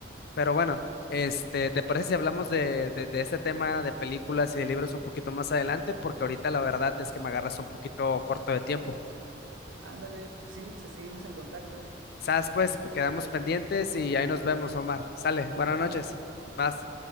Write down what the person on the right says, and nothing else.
Ándale, pues sí, pues seguimos en contacto,
seguimos
en contacto.
Nos vemos.